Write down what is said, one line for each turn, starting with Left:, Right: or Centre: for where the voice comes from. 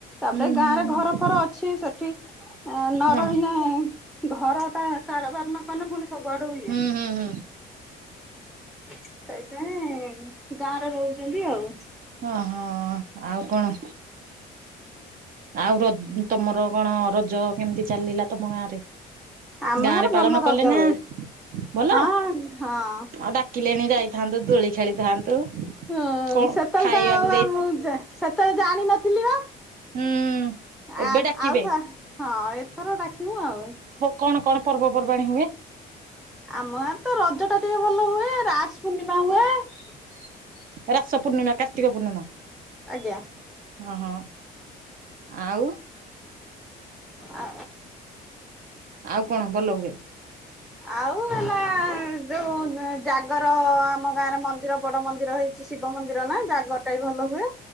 Centre: ତାପରେ
Right: ହୁଁ
Centre: ଗାଁ ରେ
Right: ହୁଁ
Centre: ଘର ଫର ଅଛି ସେଠି ନ
Right: ହଁ
Centre: ରହିନେ ଘର ଟା କାରବାର ନ କଲେ ପୁଣି ସବୁଆଡୁ ଇଏ।
Right: ହୁଁ ହୁଁ ହୁଁ
Centre: ସେଇଥିପାଇଁ ଗାଁରେ ରହୁଛନ୍ତି ଆଉ।
Right: ଓ ହଁ ଆଉ କଣ? ଆଉ ର ତମର କଣ ରଜ କେମିତି ଚାଲିଲା ତମ ଗାଁ ରେ?
Centre: ଆମ
Right: ଗାଁ
Centre: ଗାଁରେ
Right: ରେ ପାଳନ
Centre: ଭଲ ରଜ
Right: କଲେ ନା
Centre: ହୁଏ।
Right: ଭଲ
Centre: ହଁ ହଁ।
Right: ଆଉ ଡାକିଲେଣି ଯାଇ ଦୋଳି ଖେଳିଥାନ୍ତୁ।
Centre: ହିଁ
Right: କଣ
Centre: ସେତେବେଳେ
Right: ଖାଇବାକୁ
Centre: ତ ଆଉ
Right: ଦେଇ
Centre: ଆମ ସେତେବେଳେ ଜାଣିନଥିଲି ବା।
Right: ହୁଁ ଏବେ
Centre: ଆ
Right: ଡାକିବେ
Centre: ଆଉଥ ହଁ ଏଥର ଡାକିବୁ ଆଉ।
Right: କଣ କଣ ପର୍ବପର୍ବାଣୀ ହୁଏ?
Centre: ଆମ ଗାଁ ରେ ତ ରଜ ଟା ଟିକେ ଭଲ ହୁଏ ରାସ ପୂର୍ଣ୍ଣିମା ହୁଏ।
Right: ରାସ ପୂର୍ଣ୍ଣିମା କାର୍ତ୍ତିକ ପୂର୍ଣ୍ଣିମା
Centre: ଆଜ୍ଞା।
Right: ଓ ହଁ। ଆଉ?
Centre: ଆ
Right: ଆଉ କଣ ଭଲ ହୁଏ?
Centre: ଆଉ ହେଲା
Right: <inaudible>
Centre: ଯୋଉ ଜାଗର ଆମ ଗାଁରେ ମନ୍ଦିର ବଡ ମନ୍ଦିର ହେଇଚି ଶିବ ମନ୍ଦିର ନା ଜାଗରଟା ବି ଭଲ ହୁଏ।